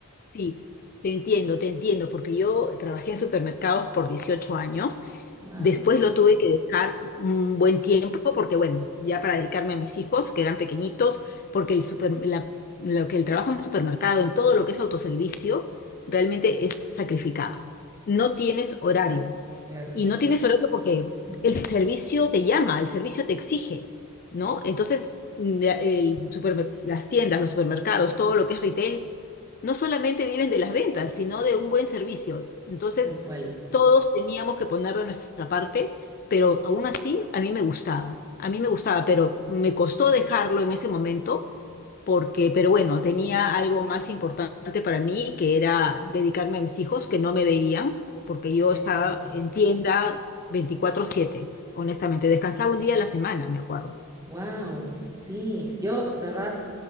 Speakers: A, on the left (about 40°); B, on the right (about 15°).
A: Sí, te entiendo, te entiendo, porque yo trabajé en supermercados por 18 años,
B: Wow,
A: después lo tuve que dejar un buen tiempo, porque bueno, ya para dedicarme a mis hijos, que eran pequeñitos, porque el super- la- lo que el trabajo en supermercado, en todo lo que es autoservicio, realmente es sacrificado. No
B: sí,
A: tienes horario.
B: claro que
A: Y
B: sí.
A: no tienes horario porque
B: <laughs>
A: el servicio te llama, el servicio te exige, ¿no? Entonces, mm, el supermer- las tiendas, los supermercados, todo lo que es retail, no solamente viven de las ventas, sino de un buen servicio. Entonces,
B: Tal cual.
A: todos teníamos que poner de nuestra parte, pero aún así a mí me gustaba, a mí me gustaba, pero me costó dejarlo en ese momento porque, pero bueno, tenía algo más importante para mí, que era dedicarme a mis hijos, que no me veían, porque yo
B: Sí, me
A: estaba
B: imagino.
A: en tienda veinticuatro siete honestamente, descansaba un día a la semana, me acuerdo.
B: Wow, sí, yo de verdad,